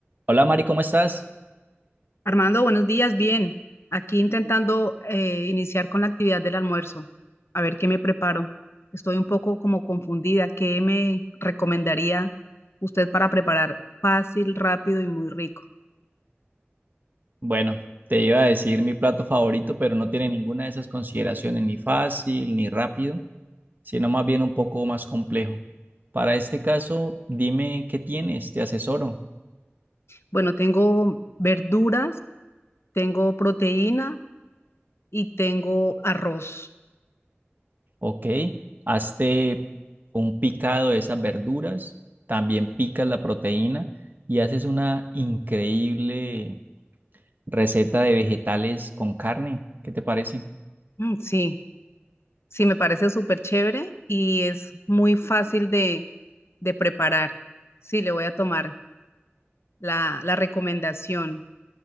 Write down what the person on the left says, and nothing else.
Armando, buenos días, bien. Aquí intentando eh, iniciar con la actividad del almuerzo, a ver qué me preparo. Estoy un poco como confundida. ¿Qué me recomendaría usted para preparar fácil, rápido y muy rico?
Bueno, tengo verduras, tengo proteína y tengo arroz.
Mm, sí, sí, me parece súper chévere y es muy fácil de, de preparar. Sí, le voy a tomar la, la recomendación.